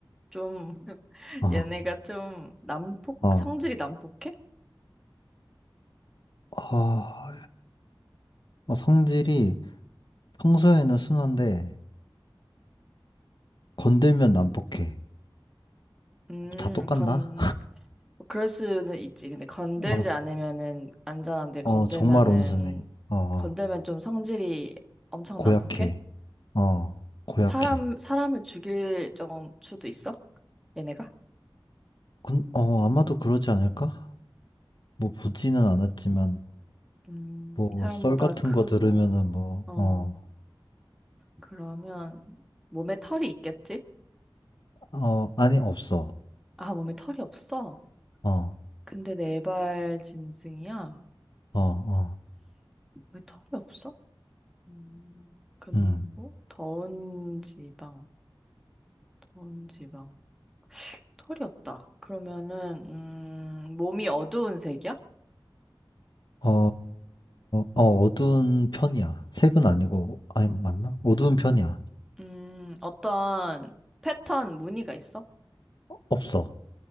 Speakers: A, in the centre; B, on the left (about 60°).
A: 좀, <laughs>
B: 어,
A: 얘네가 좀 난폭,
B: 어,
A: 성질이 난폭해?
B: 어, 어, 성질이 평소에는 순한데, 건들면 난폭해.
A: 음,
B: 다 똑같나?
A: 건, 뭐 그럴 수는 있지. 근데 건들지
B: 어,
A: 않으면은 안전한데, 건들면은,
B: 어, 정말 온순해. 어, 어,
A: 건들면 좀 성질이 엄청
B: 고약해.
A: 난폭해?
B: 어, 고약해.
A: 사람, 사람을 죽일 정 수도 있어? 얘네가?
B: 근, 어, 아마도 그러지 않을까? 뭐, 보지는 않았지만,
A: 음,
B: 뭐,
A: 사람보다
B: 썰 같은
A: 크고,
B: 거 들으면은 뭐,
A: 어.
B: 어,
A: 그러면 몸에 털이 있겠지?
B: 어, 아니, 없어.
A: 아, 몸에 털이 없어.
B: 어,
A: 근데 네 발 짐승이야.
B: 어, 어,
A: 왜 털이 없어? 음, 그리고
B: 음.
A: 더운 지방, 더운 지방. 털이 없다. 그러면은 음, 몸이 어두운 색이야?
B: 어, 어, 어두운 편이야. 색은 아니고, 아니, 맞나? 어두운 편이야.
A: 음, 어떤 패턴 무늬가 있어?
B: 없어.